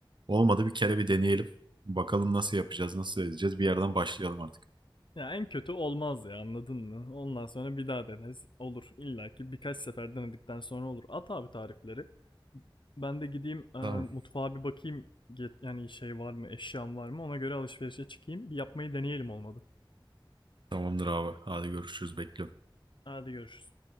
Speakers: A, on the right; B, on the left.
A: Olmadı bir kere bir deneyelim. Bakalım nasıl yapacağız, nasıl edeceğiz. Bir yerden başlayalım artık.
B: Ya en kötü olmaz ya anladın mı? Ondan sonra bir daha deneriz. Olur. İlla ki birkaç sefer denedikten sonra olur. At abi tarifleri. Ben de gideyim e,
A: Tamam.
B: mutfağa bir bakayım. Ge- Yani şey var mı, eşyam var mı? Ona göre alışverişe çıkayım. Bir yapmayı deneyelim olmadı.
A: Tamamdır abi. Hadi görüşürüz. Bekliyorum.
B: Hadi görüşürüz.